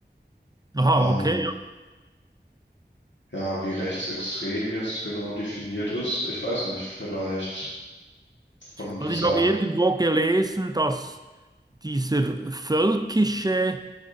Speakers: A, on the right; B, on the left.
A: Aha,
B: Ähm,
A: okay. Ja.
B: ja, wie rechtsextrem jetzt genau definiert ist, ich weiß nicht, vielleicht von dieser,
A: Also ich habe irgendwo gelesen, dass dieser völkische